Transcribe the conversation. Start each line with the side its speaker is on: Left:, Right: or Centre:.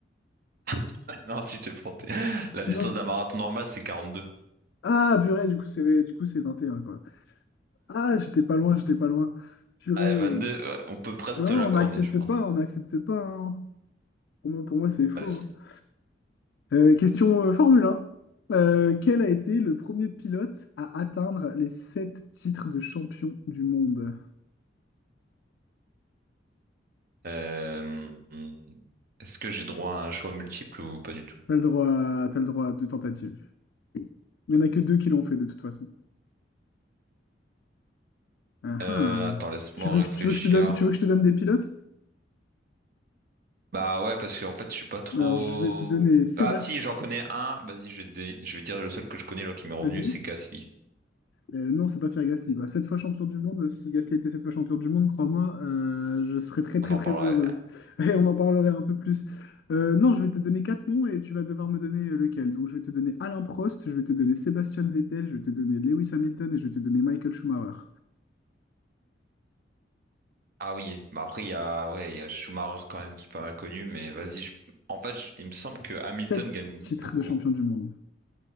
Right: <laughs> Non, si je t'ai planté. La distance
Left: Non.
Right: d'un marathon normal, c'est quarante-deux
Left: Ah, purée, du coup, c'est du coup, c'est vingt et un quoi. Ah, j'étais pas loin, j'étais pas loin. Purée.
Right: Ouais, 22, ouais, on peut presque
Left: Non,
Right: te l'accorder,
Left: on n'accepte
Right: je pense.
Left: pas, on n'accepte pas. hein. Pour moi, pour moi, c'est faux.
Right: Vas-y.
Left: hein. Euh, question euh, Formule 1. Euh, quel a été le premier pilote à atteindre les sept titres de champion du monde?
Right: Euh, hmm, est-ce que j'ai droit à un choix multiple ou pas du tout?
Left: T'as le droit, à- t'as le droit à deux tentatives. Il n'y en a que deux qui l'ont fait de toute façon. Ah,
Right: Euh,
Left: ah.
Right: attends, laisse-moi
Left: Tu veux
Right: réfléchir.
Left: que, tu veux que je te donne, tu veux que je te donne des pilotes?
Right: Bah ouais, parce qu'en fait, je suis pas trop...
Left: Alors, je vais te donner Sébastien.
Right: Ah si, j'en connais un. Vas-y, je vais, te dé- je vais dire le seul que je connais là qui m'est revenu,
Left: Vas-y.
Right: c'est Gasly.
Left: Euh, non, c'est pas Pierre Gasly. Bah, sept fois champion du monde, si Gasly était sept fois champion du monde, crois-moi, euh, je serais très très
Right: On en
Left: très
Right: parlera.
Left: heureux. <laughs> Et on en parlerait un peu plus. Euh, non, je vais te donner quatre noms et tu vas devoir me donner lequel. Donc je vais te donner Alain Prost, je vais te donner Sébastien Vettel, je vais te donner Lewis Hamilton et je vais te donner Michael Schumacher.
Right: Ah oui, bah après, il y a, ouais, il y a Schumacher quand même qui est pas mal connu, mais vas-y. je- En fait, je- il me semble que Hamilton
Left: Sept
Right: gagne
Left: titres
Right: beaucoup.
Left: de champion du monde.